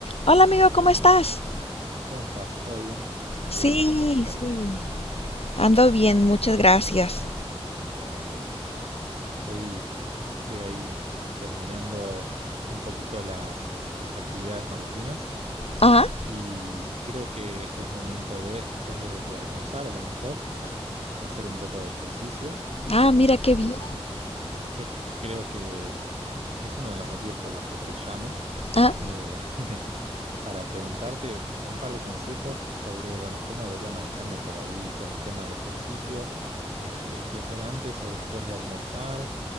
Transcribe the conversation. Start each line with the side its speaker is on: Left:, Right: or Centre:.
Left: Hola amigo, ¿cómo estás?
Right: ¿Cómo estás? ¿Todo bien? Qué
Left: Sí,
Right: bueno escucharte.
Left: sí. Ando bien, muchas gracias.
Right: Genial, me alegro. Estoy, estoy ahí terminando un poquito las, las actividades matutinas
Left: Ajá.
Right: y creo que es momento de, después de, de almorzar, a lo mejor, hacer un poco de ejercicio.
Left: Ah, mira qué
Right: Em,
Left: bien.
Right: yo creo que es uno de los motivos por los que te llamo,
Left: Ah,
Right: eh, <laughs> para preguntarte un par de consejos sobre, bueno, cómo debería manejarme por ahí con el tema del ejercicio, este, si hacer antes o después de almorzar,